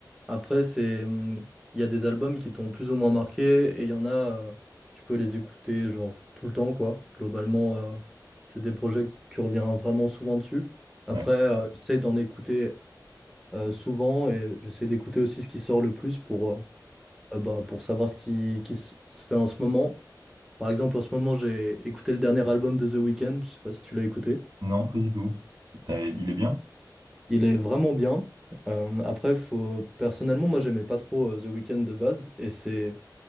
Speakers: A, in the centre; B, on the right.
A: Après, c'est, hum, il y a des albums qui t'ont plus ou moins marqué et il y en a, euh, tu peux les écouter genre tout le temps, quoi. Globalement, euh, c'est des projets que tu reviens vraiment souvent dessus. Après,
B: Ouais.
A: euh, j'essaie d'en écouter euh, souvent et j'essaie d'écouter aussi ce qui sort le plus pour, euh, euh, bah, pour savoir ce qui, qui s- se fait en ce moment. Par exemple, en ce moment, j'ai écouté le dernier album de The Weeknd. Je sais pas si tu l'as écouté.
B: Non, pas du tout. T'as- Il est bien?
A: Il est vraiment bien. Euh, après, faut... personnellement, moi, j'aimais pas trop euh, The Weeknd de base. Et c'est